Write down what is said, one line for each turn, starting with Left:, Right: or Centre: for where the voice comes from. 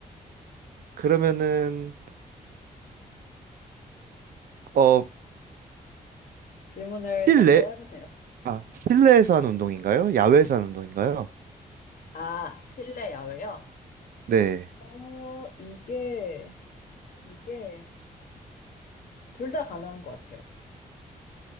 Right: 그러면은 어
Left: 질문을
Right: 실내
Left: 좀 더 해보세요.
Right: 아 실내에서 하는 운동인가요? 야외에서 하는 운동인가요?
Left: 아, 실내, 야외요?
Right: 네.
Left: 어, 이게, 이게, 둘 다 가능한 것 같아요.